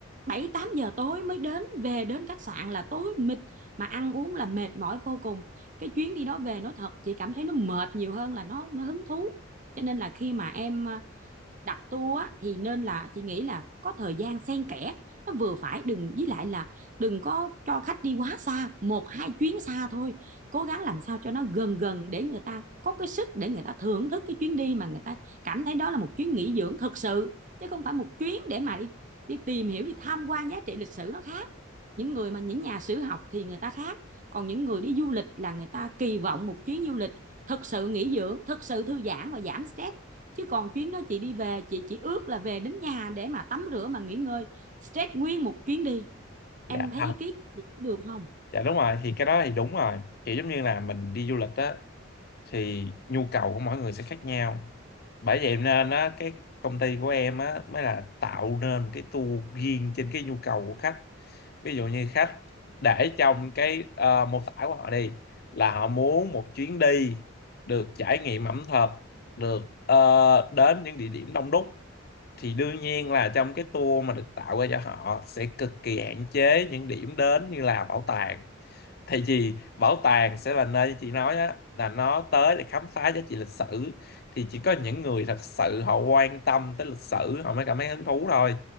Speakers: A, on the right; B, on the left.
A: 7 8 giờ tối mới đến về đến khách sạn là tối mịt mà ăn uống là mệt mỏi vô cùng cái chuyến đi đó về nói thật chị cảm thấy nó mệt nhiều hơn là nó, nó hứng thú cho nên là khi mà em à, đặt tour á, thì nên là chị nghĩ là có thời gian xen kẽ nó vừa phải đừng với lại là đừng có cho khách đi quá xa một hai chuyến xa thôi cố gắng làm sao cho nó gần gần để người ta có cái sức để người ta thưởng thức cái chuyến đi mà người ta cảm thấy đó là một chuyến nghỉ dưỡng thực sự chứ không phải một chuyến để mà đi, đi tìm hiểu đi tham quan giá trị lịch sử nó khác những người mà những nhà sử học thì người ta khác còn những người đi du lịch là người ta kỳ vọng một chuyến du lịch thực sự nghỉ dưỡng thực sự thư giãn và giảm stress chứ còn chuyến đó chị đi về chị chỉ ước là về đến nhà để mà tắm rửa mà nghỉ ngơi stress nguyên một chuyến đi
B: dạ
A: em thấy ý kiến chị được không
B: Dạ đúng rồi, thì cái đó thì đúng rồi. Kiểu giống như là mình đi du lịch á thì nhu cầu của mỗi người sẽ khác nhau. Bởi vậy nên á cái công ty của em á mới là tạo nên một cái tour riêng trên cái nhu cầu của khách. Ví dụ như khách để trong cái ờ, mô tả của họ đi là họ muốn một chuyến đi được trải nghiệm ẩm thực, được ờ, đến những địa điểm đông đúc thì đương nhiên là trong cái tour mà được tạo ra cho họ sẽ cực kỳ hạn chế những điểm đến như là bảo tàng tại vì bảo tàng sẽ là nơi như chị nói á là nó tới để khám phá giá trị lịch sử thì chỉ có những người thật sự họ quan tâm tới lịch sử họ mới cảm thấy hứng thú thôi